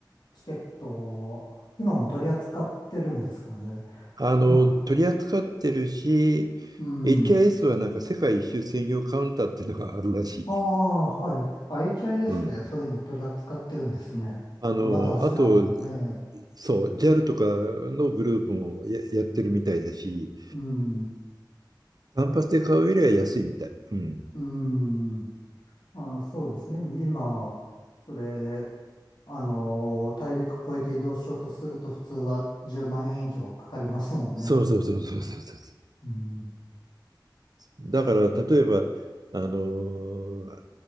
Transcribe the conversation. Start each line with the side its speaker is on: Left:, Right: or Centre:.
Left: チケットを、今も取り扱ってるんですかね。
Right: あの、
Left: なんか、
Right: 取り扱ってるし、
Left: うん。
Right: HIS はなんか世界一周専用カウンターっていうのがあるらしい。
Left: ああ、はい。あ、HIS
Right: うん。
Left: でそういうの取り扱ってるんですね。
Right: あの、
Left: ちょっとまた調べて、
Right: あと、
Left: ええ。
Right: そう、JAL とかのグループもや、やってるみたいだし、
Left: うん。
Right: 単発で買うよりは安いみたい。うん。
Left: うん。あ、そうですね。今、それ、あのー大陸越えて移動しようとすると普通は10万円以上かかりますもんね。
Right: そうそうそうそうそうそう。
Left: うん。
Right: だから例えばあのー